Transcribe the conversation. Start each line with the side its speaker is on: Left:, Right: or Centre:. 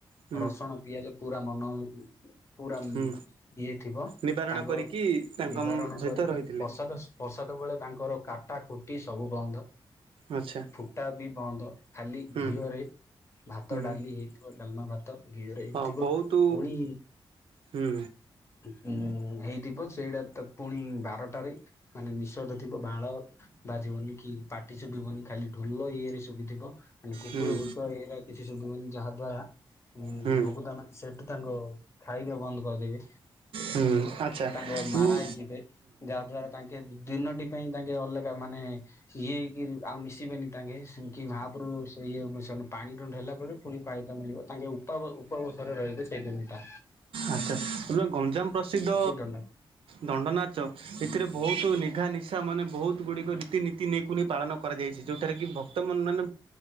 Right: ହୁଁ
Left: ରସୁଣ ପିଆଜ ପୁରା ମନ ପୁରା
Right: ହୁଁ
Left: ଇଏ ଥିବ
Right: ନିବାରଣ
Left: ତାଙ୍କ
Right: କରିକି ତାଙ୍କ
Left: ନିବାରଣ
Right: ସହିତ
Left: କରି
Right: ରହିଥିଲେ
Left: ପ୍ରସାଦ ପ୍ରସାଦ ବେଳେ ତାଙ୍କର କାଟା କୁଟି ସବୁ ବନ୍ଦ
Right: ଆଚ୍ଛା
Left: ଫୁଟା ବି ବନ୍ଦ ଖାଲି
Right: ହୁଁ
Left: ଘିଅରେ ଭାତ
Right: ହୁଁ।
Left: ଡାଲି ହେଇଥିବ ଡାଲମା ଭାତ ଘିଅରେ ହେଇଥିବ
Right: ହଁ ବହୁତ
Left: ପୁଣି
Right: ହୁଁ
Left: ଉଁ ହେଇଥିବ ସେଇଟା ତ ପୁଣି ଭା <unintelligible> ମାନେ ନିଷଧ ଥିବ ବାଣ ବାଜିବନି କି ପାଟି ଶୁଭିବନି ଖାଲି ଢୋଲ ଇଏରେ ସୁ ଶୁଭିଥିବ ମାନେ କୁକୁର
Right: ହୁଁ
Left: ଭୂକ ଏଇରା କିଛି ସୁଭିବନି ଯାହାଦ୍ଵାରା ଉଁ
Right: ହୁଁ
Left: ଭୋଗୁତା ମାନେ ସେଠୁ ତାଙ୍କ ଖାଇବା ବନ୍ଦ କରିଦେବେ।
Right: ହୁଁ ଆଚ୍ଛା
Left: ତାଙ୍କ
Right: ହୁଁ
Left: ମାରା ହେଇଯିବେ ଯାହା ଦ୍ୱାରା ତାଙ୍କେ ଦିନଟି ପାଇଁ ତାଙ୍କେ ଅଲଗା ମାନେ ଇଏ ହେଇକି ଆଉ ମିଶିବେନି ତାଙ୍କେ ସେ ମହାପ୍ରଭୁ ସେ ଇଏ କାରଣ ପାଣି ଦଣ୍ଡ ହେଲା ପରେ ପୁଣି ପାଇତ ମିଳିବ ତାଙ୍କେ ଉପା ଉପବସରେ ରହିବେ ସେଇ ଦିନିଟା।
Right: ଆଛା ହେଲେ ଗଞ୍ଜାମ ପ୍ରସିଦ୍ଧ
Left: ଦଣ୍ଡ।
Right: ଦଣ୍ଡ ନାଚ ଏଥିରେ ବହୁତ ନିଘା ନିଶା ମାନେ ବହୁତ ଗୁଡ଼ିକ ରୀତିନୀତି ନେଇ କୁନି ପାଳନ କରାଯାଇଛି ଯୋଉଠାରେ କି ଭକ୍ତ ମନ ମାନେ